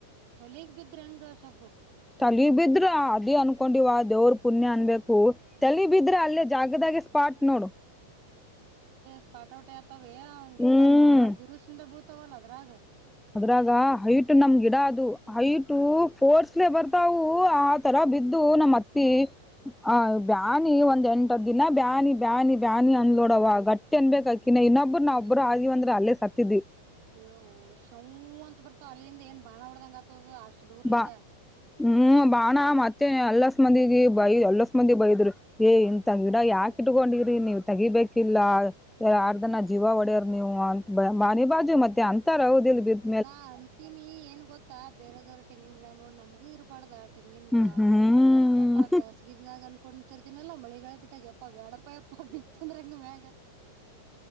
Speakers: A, on the right; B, in the centre.
A: ತೊಲೆಗ್ ಬಿದ್ರೆ ಹಂಗ ಶಬ್ಬು
B: ತಲಿ ಬಿದ್ರ ಅದೇ ಅನ್ಕೊಂಡಿವ ದೇವ್ರ ಪುಣ್ಯ ಅನ್ಬೇಕು ತಲೆ ಬಿದ್ರೆ ಅಲ್ಲೇ ಜಾಗದಾಗೆ ಸ್ಪಾಟ್ ನೋಡು
A: ಸ್ಪಾಟ ಟಿ ಆತವ ಹಂಗೆಲ್ಲಾ
B: ಹ್ಮ್
A: ಬಾಳ್ ಬಿರುಸಿಂದ ಬೀಳ್ತಾವಲ್ಲ ಅದ್ರಾಗ
B: ಅದ್ರಾಗ ಹೈಟ್ ನಮ್ ಗಿಡ ಅದು ಹೈಟ ಫೋರ್ಸ್ಲೆೇ ಬರ್ತಾವು ತರ ಬಿದ್ದು ನಮ್ಮ್ ಅತ್ತಿ ಹ ಬ್ಯಾನಿ ಒಂದ್ ಎಂಟದ್ ದಿನ ಬ್ಯಾನಿ ಬ್ಯಾನಿ ಬ್ಯಾನಿ ಅಂದಲೋಡವ ಗಟ್ಟ ೇನ್ ಬಬೇಕಕ್ಾಕಿನ ಇನ್ನೊಬ್ಬ ನಾವವುಬ್ರು ಆ ಆದಿವವಂದೆ ಅಲ್ಲೇ ಸತ್ತಿದಿ
A: ಯ ಶವ ಅಂತ ಬರ್ತಾವ ಅಲ್ಲಿಂದ ಏನ್ ಬಾಣ ಬಡ್ದಂಗ ಆತದ ಅಷ್ಟ ದೂರ್ಲಿಂದ
B: ಬಾ ಹ್ಮ್ ಬಾಣ ಮತ್ತೆ ಎಲ್ಲಸ್ ಮಂದಿಿಗೆ ಬೈ ಎಲ್ಲಸ ಮಂದಿ ಬೈ ಏ ಇಂತ ಗಿಡ ಯಾಕ ಇಟ್ಕೊಂಡಿ್ರಿ ನೀವ್ ತೆಗಿಬೇಕಿಲ್ಲ ಆರ್ಧನ ಜೀವ ಹೊಡ್ಯರ್ ನೀವು ಅಂತ ಮನಿ ಬಾಜು ಮತ್ತೆ ಅಂತರ ಹದಿಲ್ಲ ಬ
A: ನಾ ಅಂತೀಿನಿ ಏನ್ ಗೊತ್ತ ಬೇರೆದವ್್ರ ತೆಂಗಿನ ಗಿಡ ನೋಡಿ ನಮಗೂ ಇರ್ಬಾರ್ದ ತೆಂಗಿಿನ
B: ಹ್ಮ್
A: ಗಿಡ
B: ಹ್ಮ್
A: ಎಷ್ಟಪ್ಪ ಬೇಸ್ಗಿದಿನನಾಗ ಅನ್ಕೊಂತರ್ತನಲ್ಲ ಮಳಿಗಾ ಬಿಟ್ಟಾಗ ಎಪ್ಪಾ ಬ್ಯಾಡಪ್ಪ ಯಪ್ಪಾ ಬಿತ್ತಂದ್ರ ಹಂಗ ಮ್ಯ